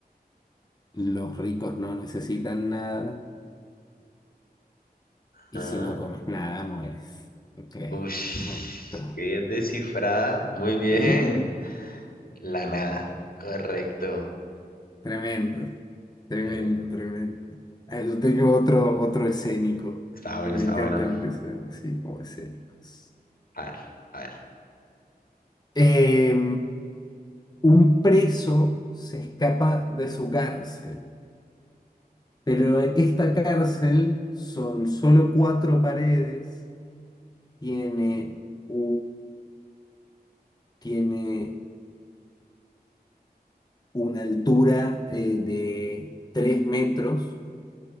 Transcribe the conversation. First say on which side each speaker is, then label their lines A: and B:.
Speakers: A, on the left (about 25°); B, on the left (about 65°).
A: los ricos no necesitan nada, y
B: Ah,
A: si no comes nada, mueres. Ok.
B: Ush,
A: Ah, está.
B: qué descifrada. Muy bien.
A: Mm,
B: La nada. Correcto.
A: Tremendo, tremendo,
B: Deme-
A: tremendo. Ah, yo tengo otro, otro escénico.
B: Está
A: Me
B: bueno, está
A: encantan
B: bueno.
A: que sean así como escénicos.
B: A ver, a ver.
A: Em, un preso se escapa de su cárcel. Pero esta cárcel son solo cuatro paredes, tiene, u- tiene una altura eh, de tres metros